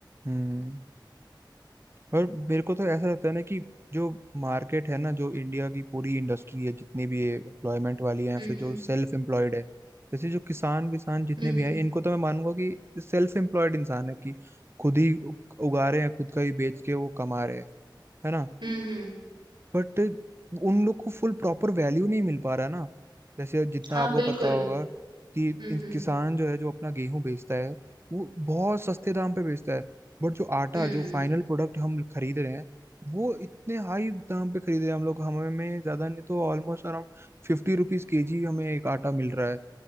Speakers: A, on the right; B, on the right.
A: हम्म। और मेरे को तो ऐसा लगता है ना कि जो मार्केट है ना जो इंडिया की पूरी इंडस्ट्री है जितनी भी एम्प्लॉयमेंट वाली है या
B: हम्म
A: फिर जो सेल्फ एम्प्लॉयड है जैसे जो किसान विसान जितने
B: हम्म
A: भी
B: हम्म
A: हैं इनको तो मैं मानूंगा कि सेल्फ एम्प्लॉयड इंसान है कि खुद ही उग- उगा रहे हैं खुद का ही बेच के वो कमा रहे हैं है ना
B: हम्म हम्म हम्म,
A: बट उन लोग को फुल प्रॉपर वैल्यू नहीं मिल पा रहा ना जैसे जितना
B: हाँ
A: आपको
B: बिल्कुल
A: पता होगा कि
B: हम्म
A: इन
B: हम्म
A: किसान जो है जो अपना गेहूं बेचता है वो बहुत सस्ते दाम पे बेचता है बट जो आटा
B: हम्म
A: जो फाइनल प्रोडक्ट हम खरीद रहे हैं वो इतने हाई दाम पे खरीद रहे हैं हम लोग हमें में ज्यादा नहीं तो almost around fifty rupees KG हमें एक आटा मिल रहा है